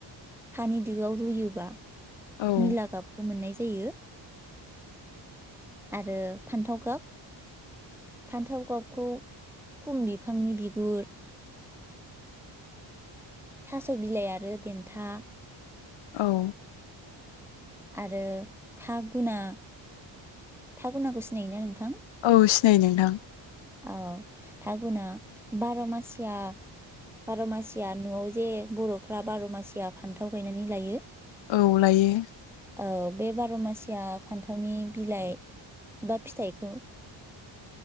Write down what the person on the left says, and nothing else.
औ
औ।
औ सिनाय नोंथां।
औ लायो।